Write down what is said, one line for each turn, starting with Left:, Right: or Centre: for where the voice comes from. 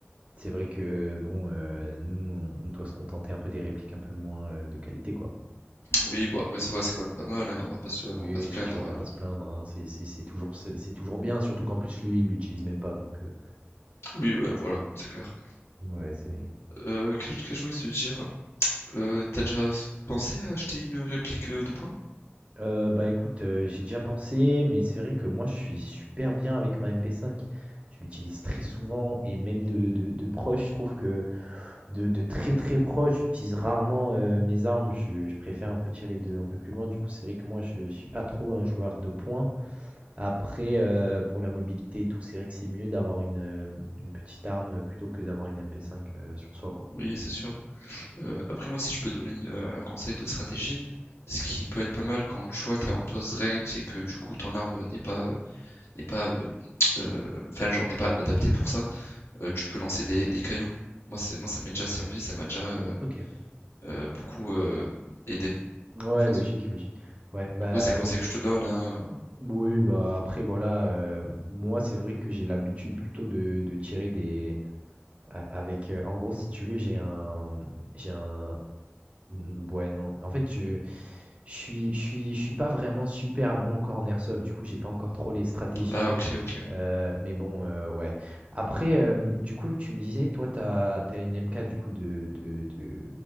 Right: c'est vrai que bon, heu, nous, on on doit se contenter un peu des répliques un peu moins, heu, de qualité, quoi.
Left: oui, bon après ça va, c'est quand même pas mal, hein, on va pas se, on
Right: Oui,
Left: va pas se plaindre.
Right: c'est sûr, on va
Left: hein.
Right: pas se plaindre, hein, c'est c'est c'est toujours c'est c'est toujours bien, surtout qu'en plus lui, il l'utilise même pas donc heu,
Left: Oui, ouais, voilà, c'est clair.
Right: ouais, c'est
Left: Euh, que, Qu'est-ce que je voulais te dire, euh, t'as déjà pensé à acheter une réplique euh, de points?
Right: heu, bah, écoute, heu, j'y ai déjà pensé, mais c'est vrai que moi, je suis super bien avec ma mp cinq Je l'utilise très souvent et même de de de proche, je trouve que de de très, très proche, j'utilise rarement, heu, mes armes. Je je préfère un peu tirer de un peu plus loin. Du coup, c'est vrai que moi, je je suis pas trop un joueur de points. Après, heu, pour la mobilité et tout, c'est vrai que c'est mieux d'avoir une, hem, une petite arme, euh, plutôt que d'avoir une MP5, heu, sur soi, quoi.
Left: Oui, c'est sûr. Euh, après moi, si je peux donner une- euh, un conseil de stratégie, ce qui peut être pas mal quand tu vois t'es en close range et que du coup ton arme n'est pas euh, n'est pas euh, <tsk> euh, enfin genre n'est pas adaptée pour ça, euh, tu peux lancer des, des cailloux. Moi, c'est moi ça m'est déjà servi, ça m'a déjà euh,
Right: OK.
Left: euh, beaucoup euh, aidé
Right: Ouais,
Left: en fait.
Right: logique, logique. Ouais, bah,
Left: Après c'est un conseil
Right: o
Left: que je te donne. hein.
Right: oui, bah, après voilà, heu, moi, c'est vrai que j'ai l'habitude plutôt de de tirer des a avec, heu en gros, si tu veux, j'ai un, mmh, j'ai un, mmh, ouais, non. En fait, je Je suis je suis je suis pas vraiment super bon encore en airsoft, du coup, j'ai pas encore trop les stratégies,
Left: Ah ok ok,
Right: heu, mais bon, heu, ouais. Après, hem, du coup, tu me disais, toi, t'as t'as une m une du coup de de de